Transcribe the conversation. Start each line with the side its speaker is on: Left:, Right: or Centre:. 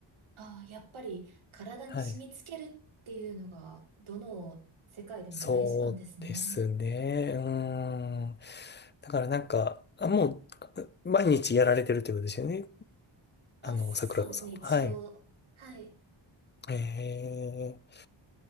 Right: ああ、やっぱり体に染み付けるっていうのが、
Left: はい。
Right: どの世界でも大事なんですね。
Left: そうですね。うーん。だからなんか、あもう、毎日やられてるってことですよね。
Right: あ、
Left: あの、
Right: そうですね、
Left: 桜子さんは。
Right: 一応。
Left: はい。
Right: はい。
Left: ええ